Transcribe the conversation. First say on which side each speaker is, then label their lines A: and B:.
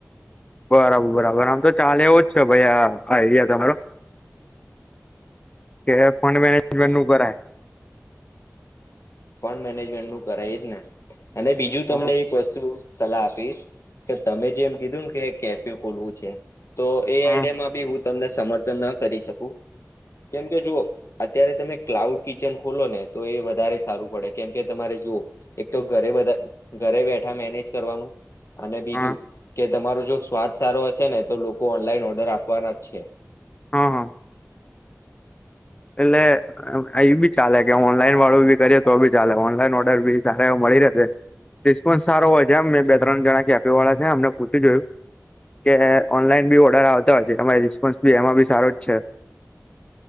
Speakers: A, on the left (about 20°); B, on the left (about 60°).
A: બરાબર, બરાબર, આમ તો ચાલે એવું જ છે ભાઈ આ આઈડિયા તમારો. કે ફંડ મેનેજમેન્ટનું
B: હમ
A: કરાય.
B: ફંડ મેનેજમેન્ટનું કરાય એ જ ને અને બીજું
A: હ
B: તમને એક વસ્તુ સલાહ આપીશ કે તમે જેમ કીધું ને કે કેફે ખોલવું છે, તો એ
A: હ
B: આઈડિયામાં બી હું તમને સમર્થન ન કરી શકું. કેમ કે જુઓ, અત્યારે તમે ક્લાઉડ કિચન ખોલો ને, તો એ વધારે સારું પળે કેમ કે તમારે જુઓ એક તો ઘરે બધા, ઘરે બેઠા મેનેજ કરવાનું. અને બીજું
A: હ
B: કે, તમારો જો સ્વાદ સારો હશે ને, તો લોકો ઓનલાઈન ઓર્ડર આપવાના જ છે.
A: હ, હ, એટલે? એ બી ચાલે, કે ઓનલાઈન વાળું બી કરીએ તો બી ચાલે ઓનલાઈન ઓર્ડર બી સારા એવા મળી રેશે. રિસ્પોન્સ સારો હોય છે, એમ મેં બે-ત્રણ જણા કેફે વાળા છે અમને પૂછી જોયું. કે ઓનલાઈન બી ઓર્ડર આવતા હોય છે, એમાં રિસ્પોન્સ બી એમાં બી સારો જ છે.